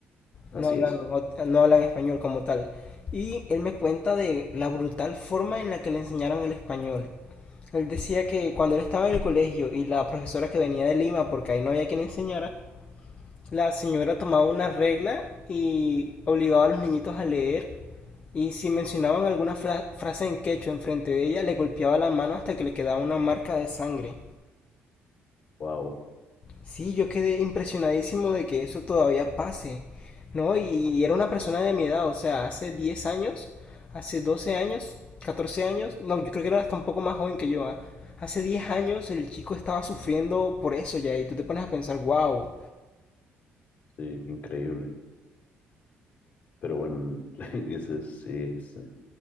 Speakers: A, on the left; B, on the left.
A: Así
B: no hablan,
A: es.
B: ot- no hablan español como tal. Y él me cuenta de la brutal forma en la que le enseñaron el español. Él decía que cuando él estaba en el colegio y la profesora que venía de Lima, porque ahí no había quien enseñara, la señora tomaba una regla y obligaba a los niñitos a leer. Y si mencionaban alguna fra- frase en quechua enfrente de ella, le golpeaba la mano hasta que le quedaba una marca de sangre.
A: Wow.
B: Sí, yo quedé impresionadísimo de que eso todavía pase, ¿no? Y, era una persona de mi edad, o sea, hace 10 años, hace 12 años, 14 años, no, yo creo que era hasta un poco más joven que yo, ah. Hace 10 años el chico estaba sufriendo por eso ya, y tú te pones a pensar, wow,
A: Sí, increíble. Pero bueno, <laughs> ese es- sí, sí.